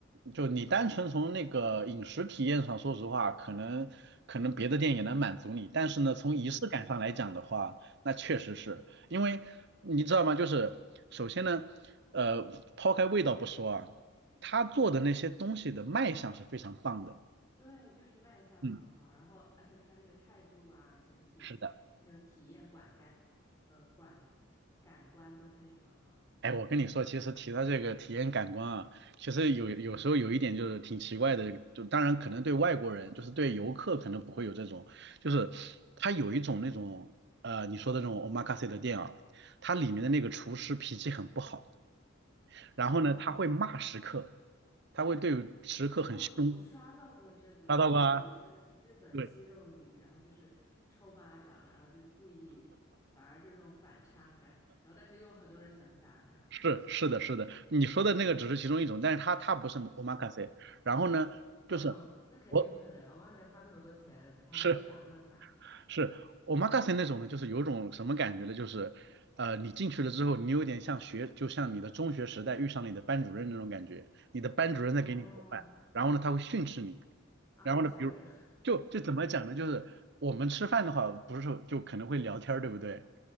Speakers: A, on the right; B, on the left.
A: 就你单纯从那个饮食体验上，说实话，可能可能别的店也能满足你，但是呢，从仪式感上来讲的话，
B: 嗯，
A: 那确实是因为你知道吗？就是首先呢，呃，抛开味道不说啊，他做的那些东西的卖相是非常棒的，
B: 对，就是卖相很好，
A: 嗯，
B: 然后而且它那个态度啊，整体那个体验管干，
A: 是的。
B: 呃，管感官都非常好。
A: 哎，我跟你说，其实提到这个体验感官啊，其实有有时候有一点就是挺奇怪的，就当然可能对外国人，就是对游客可能不会有这种，就是他有一种那种呃你说的这种 omakase 的店啊，它里面的那个厨师脾气很不好，然后呢他会骂食客，
B: 哦，
A: 他会对食客很凶，
B: 哦，我刷到过这个，
A: 抓到吧？
B: 就是有那种日本肌肉女，
A: 对，
B: 然后就是抽巴掌，然后就是故意，反而这种反差感，然后但是又有很多人想去打卡。
A: 是是的是的，你说的那个只是其中一种，但是他他不是 omakase，然后呢就是
B: 嗯，那肯定不可能，
A: 我
B: 我们还得花那么多钱，还能被打那么惨。
A: 是是 omakase 那种呢，就是有种什么感觉呢？就是，呃，你进去了之后，你有点像学，就像你的中学时代遇上了你的班主任那种感觉。你的班主任在给你做饭，
B: 哦，
A: 然后呢，他会训斥你。
B: 啊，
A: 然后呢，
B: 好吓人。
A: 比如，就就怎么讲呢？就是我们吃饭的话，不是说就可能会聊天儿，对不对？